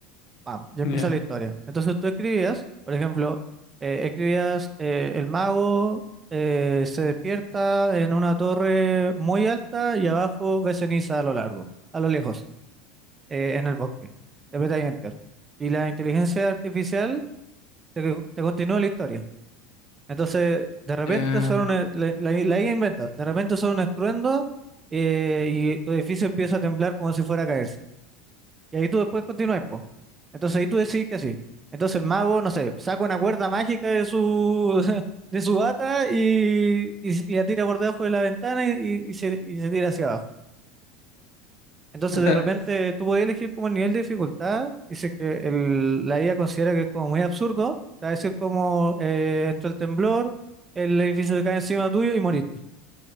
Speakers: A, on the right (about 25°); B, on the left (about 65°).
A: Pam, ya empieza
B: Ya.
A: la historia. Entonces tú escribías, por ejemplo, eh, escribías eh, el mago eh, se despierta en una torre muy alta y abajo ve ceniza a lo largo, a lo lejos, eh, en el bosque. Le apretas Enter. Y la inteligencia artificial te, te continúa la historia. Entonces, de repente
B: Ya.
A: son una- la, la- la IA inventa, de repente son un estruendo eh, y tu edificio empieza a temblar como si fuera a caerse. Y ahí tú después continúas, po. Entonces ahí tú decís que sí. Entonces el mago, no sé, saca una cuerda mágica de su, <laughs> de su bata y, y, y la tira por debajo de la ventana y, y- y se, y se tira hacia abajo. Entonces,
B: <laughs>
A: de repente, tú podías elegir como el nivel de dificultad. y Dice que el- la IA considera que es como muy absurdo. Te va a decir como eh, entró el temblor, el edificio se cae encima tuyo y moriste.